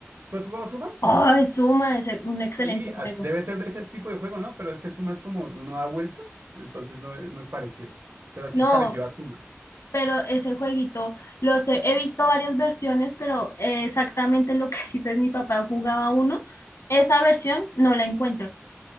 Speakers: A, on the right (about 60°); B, on the left (about 80°).
A: ¿Tú has jugado Suma?
B: Ay, suma, es un excelente
A: Sí,
B: juego.
A: a- debe ser de ese tipo de juego, ¿no? Pero es que Suma es como uno da vueltas, entonces no es, no es parecido. Pero sí
B: No,
A: es parecido a Suma.
B: pero ese jueguito los he, he visto varias versiones, pero eh, exactamente lo que <laughs> dices, mi papá jugaba uno, esa versión no la encuentro.